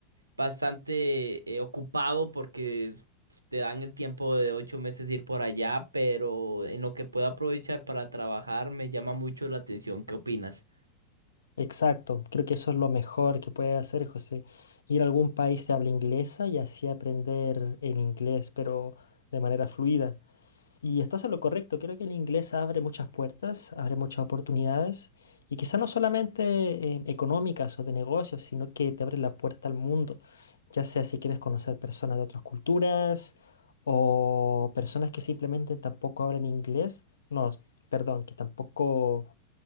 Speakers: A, on the right; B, on the left.
A: bastante eh, ocupado porque te dan el tiempo de ocho meses ir por allá, pero en lo que puedo aprovechar para trabajar me llama mucho la atención. ¿Qué opinas?
B: Exacto, creo que eso es lo mejor que puede hacer José, ir a algún país de habla inglesa y así aprender el inglés, pero de manera fluida. Y estás en lo correcto, creo que el inglés abre muchas puertas, abre muchas oportunidades y quizá no solamente eh, económicas o de negocios, sino que te abre la puerta al mundo, ya sea si quieres conocer personas de otras culturas o personas que simplemente tampoco hablan inglés, no, perdón, que tampoco